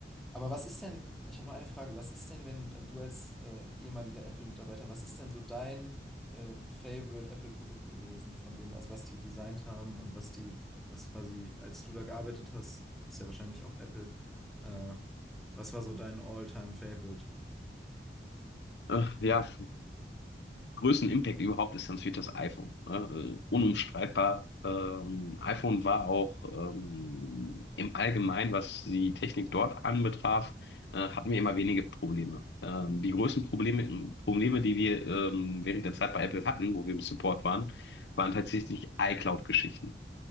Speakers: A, in the centre; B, on the left.
A: aber was ist denn, ich habe noch eine Frage, was ist denn, wenn äh, du als äh, ehemaliger Apple-Mitarbeiter, was ist denn so dein äh, Favorite Apple-Produkt gewesen, von denen, also was die designt haben und was die, was quasi, als du da gearbeitet hast, hattest ja wahrscheinlich auch Apple, äh, was war so dein All-Time-Favorite?
B: Äh, ja, größten Impact überhaupt ist, dann fehlt das iPhone. Ne? Äh, unumstreitbar.
A: Hm,
B: Ähm, iPhone war auch ähm, im Allgemeinen, was die Technik dort anbetraf, äh, hatten wir immer wenige Probleme. Ähm, die größten Probleme, Probleme, die wir ähm, während der Zeit bei Apple hatten, wo wir im Support waren, waren tatsächlich iCloud-Geschichten.